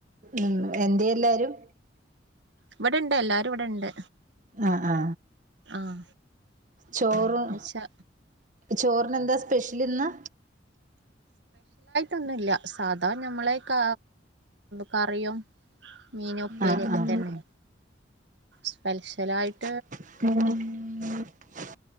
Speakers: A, on the right; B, on the right.
A: ഉം എന്തെ എല്ലാരും
B: ഇവടെണ്ട് എല്ലാരും ഇവടെണ്ട്
A: ആ ആ
B: ആഹ്
A: ചോറും
B: ന്ന്ച്ചാ
A: ചോറിനെന്താ സ്പെഷ്യൽ ഇന്ന്
B: ഒന്നുല്ലാ സാധാ നമ്മളെ ക കറിയും മീന് ഉപ്പേരിക്കെ
A: ആഹ് ആഹ്
B: തന്നെ സ്പെഷ്യലായി
A: <inaudible>